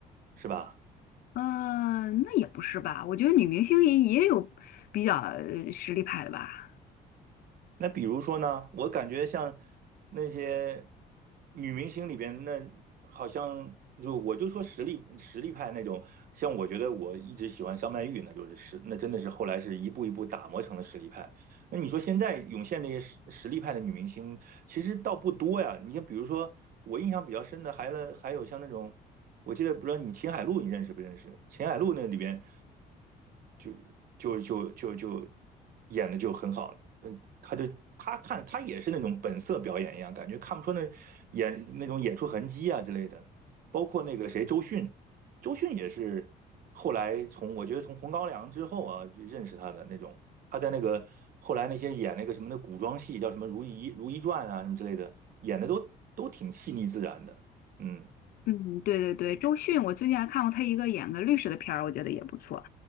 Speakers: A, on the right; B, on the left.
A: 是吧？
B: 嗯，那也不是吧？我觉得女明星也也有比较呃实力派的吧。
A: 那比如说呢，我感觉像那些女明星里边，那好像就我就说实力实力派那种，像我觉得我一直喜欢张曼玉，那就是实，那真的是后来是一步一步打磨成了实力派。那你说现在涌现这些实实力派的女明星，其实倒不多呀。你像比如说我印象比较深的，还了还有像那种，我记得不知道你秦海璐你认识不认识？秦海璐那里边。就就就就就演的就很好，嗯，他就他看他也是那种本色表演一样，感觉看不出那演那种演出痕迹啊之类的。包括那个谁周迅，周迅也是后来从我觉得从《红高粱》之后啊认识他的那种，他在那个后来那些演那个什么的古装戏叫什么《如懿如懿传》啊什么之类的，演的都都挺细腻自然的，嗯。
B: 嗯，对对对，周迅，我最近还看过她一个演个律师的片儿，我觉得也不错。